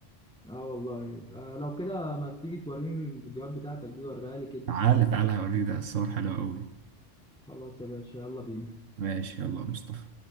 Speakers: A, in the centre; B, on the right.
A: اه والله آه لو كده ما تيجي توريني الفيديوهات بتاعتك دي وريها لي كده
B: تعالى تعالى هوريك ده الصور حلوه قوي
A: خلاص يا باشا يلا بينا
B: ماشي يلا يا مصطفى